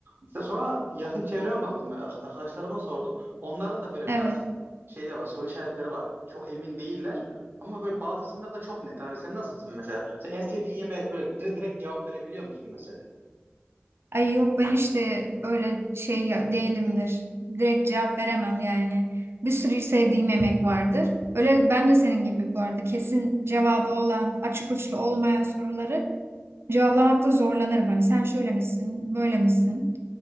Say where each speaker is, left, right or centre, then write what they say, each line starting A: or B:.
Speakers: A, on the right; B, on the right.
A: işte sonra yakın çevreme baktım böyle ar- arkadaşlarıma sordum. Onların da böyle
B: Evet.
A: biraz şeyler var, soru işaretleri var. Çok emin değiller. Ama böyle bazı insanlar da çok net. Hani sen nasılsın mesela? Sen en sevdiğin yemeğe böyle direkt, direkt cevap verebiliyor musun mesela?
B: Ay yok ben işte öyle şey ya- değilimdir. Direkt cevap veremem yani. Bir sürü sevdiğim yemek vardır. Öyle ben de senin gibi bu arada kesin cevabı olan, açık uçlu olmayan soruları cevaplamakta zorlanırım. Hani sen şöyle misin, böyle misin?